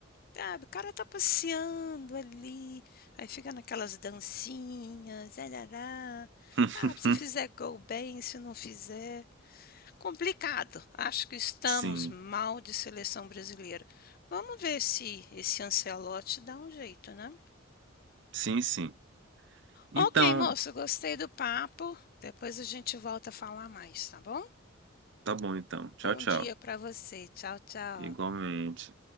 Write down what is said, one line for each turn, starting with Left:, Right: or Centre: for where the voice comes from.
Left: sabe, o cara tá passeando ali, aí fica naquelas dancinhas, arará.
Right: <laughs>
Left: Ah, se fizer gol bem, se não fizer. Complicado. Acho que estamos
Right: Sim.
Left: mal de seleção brasileira. Vamos ver se esse Ancelotti dá um jeito, né?
Right: Sim, sim. Então,
Left: Ok, moço, gostei do papo. Depois a gente volta a falar mais, tá bom?
Right: tá bom então. Tchau,
Left: Bom
Right: tchau.
Left: dia para você. Tchau, tchau.
Right: Igualmente.